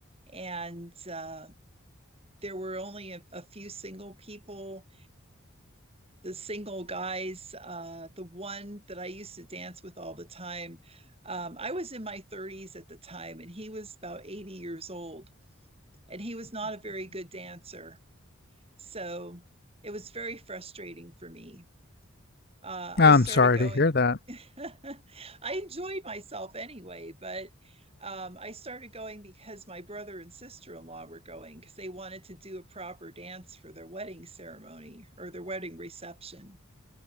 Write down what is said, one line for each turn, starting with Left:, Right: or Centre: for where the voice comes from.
Right: And uh, there were only a, a few single people the single guys, uh, the one that I used to dance with all the time. Um, I was in my 30s at the time, and he was about 80 years old, and he was not a very good dancer. So it was very frustrating for me. Uh,
Left: <laughs>
Right: I
Left: I'm
Right: started
Left: sorry
Right: going,
Left: to hear that.
Right: <laughs> I enjoyed myself anyway, but um, I started going because my brother and sister in law were going because they wanted to do a proper dance for their wedding ceremony or their wedding reception.